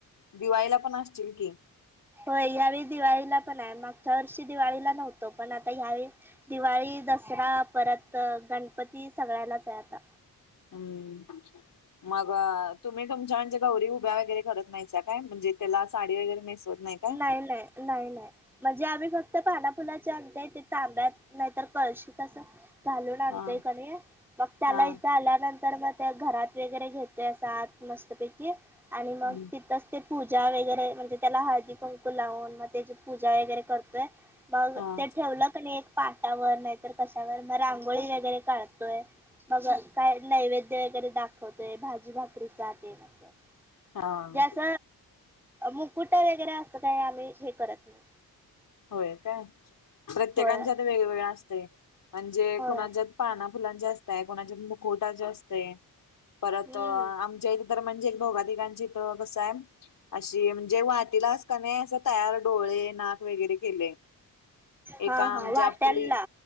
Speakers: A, on the left; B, in the centre.
A: दिवायला पण असतील की.
B: होय या्यावेळी दिवाळीला पण आहे मागच्या वर्षी दिवाळीला नव्हतो पण आता ह्यावेळी. दिवाळी दसरा परत गणपती सगळ्यांनाच आहे आता.
A: हम्म मग तुम्ही. तुमच्या म्हणजे गौरी उभ्यागरे करत नाही काय म्हणजे त्याला साडी वगैरे मिेसवत नाही. काय
B: नाही नाही नाही नाही. म्हणजे आम्ही फक्त पानापुलाच्या आणत ते तांब्यात नाहीतर कळशी तस. घालून आणतोय
A: हा
B: कण मग त्याला
A: हा
B: इथं आल्यानंतर. तर मग त्या घरात वगैरे घेतोय स आत मस्तपैकी आणि मग
A: हम्म
B: तिथंच ते. पूजा वगैरे म्हणजे त्याला हळदी कुंकू लावून मग त्याची पूजा वगैरे करतोय. बग
A: हा
B: ते ठेवलं क नाही एक पाटावर नाहीतर कशावर मग रांगोळी वगैरे काढतोय. मग काय नैवेद्य वगैरे दाखवतोय भाजी भाकरी हात अससं.
A: हा
B: ज्यास मुकुट वगैरे असत त्या आम्ही हे करत नाही
A: होय का प्रत्येकांच्यात
B: होय
A: वेगवेगळ असतय म्हणजे
B: होय.
A: कुणाच्या पाना फुलांच्या असतय कोणाच्या मुकुटा ज असत परत
B: हम्म.
A: आमच्या इथ तर म्हणजे भौगधिकांची कसा आहे अशी म्हणजे मातीला का नाही असं तयार डोळे नाक वगैरे केले एका
B: हा हा
A: आमच्या
B: वाट्यांला
A: आपली